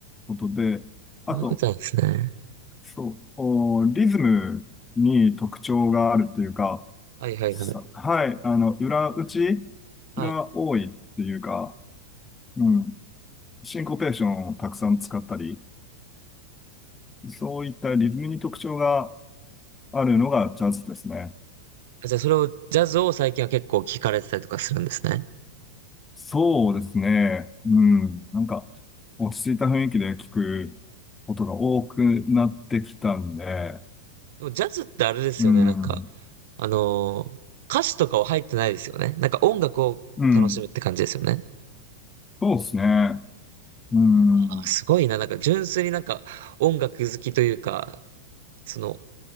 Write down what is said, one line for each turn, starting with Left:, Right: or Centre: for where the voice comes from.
Left: ことで、あと、
Right: ー、そういうことなんですね。
Left: そう、おリズムに特徴があるっていうか、
Right: はいはいはい。
Left: さはい、あの、裏打ち
Right: はい。
Left: が多いっていうか、うん、シンコペーションをたくさん使ったり、そういったリズムに特徴があるのがジャズですね。
Right: あじゃあ、それを、ジャズを最近は結構聞かれてたりとかするんですね。
Left: そうですね。うん。なんか、落ち着いた雰囲気で聞くことが多くなってきたんで、
Right: でも、ジャズってあれですよね、
Left: うん。
Right: なんか、あのー歌詞とかは入ってないですよね。なんか音楽を楽しむって感じですよね。
Left: うん。そうですね。うん。
Right: あ、すごいな、なんか純粋になんか音楽好きというか、その